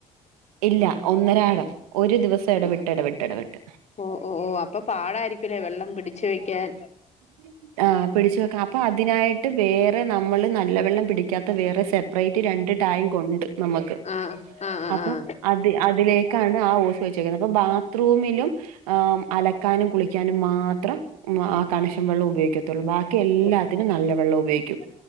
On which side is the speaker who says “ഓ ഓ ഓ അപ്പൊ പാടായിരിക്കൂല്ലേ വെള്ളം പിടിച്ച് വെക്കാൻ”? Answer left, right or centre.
Left